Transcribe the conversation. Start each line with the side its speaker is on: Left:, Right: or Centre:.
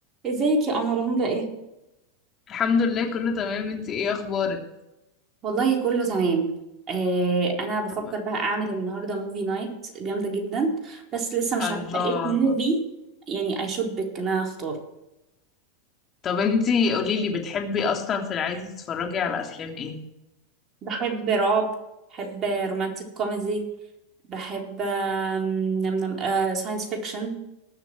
Right: ازيك يا قمر عاملة ايه؟
Left: الحمد لله كله تمام انتي ايه اخبارك
Right: والله كله تمام آه انا بفكر
Left: طب
Right: بقى اعمل النهارده موفي نايت جامده جدا بس لسه مش
Left: الله
Right: عارفه ايه موفي يعني اي شود بيك ان انا اختار
Left: طب انتي قوليلي بتحبي اصلا في العادي تتفرجي على افلام ايه
Right: بحب رعب بحب رومانتك كوميدي بحب آم، نم نم آه ساينس فيكشن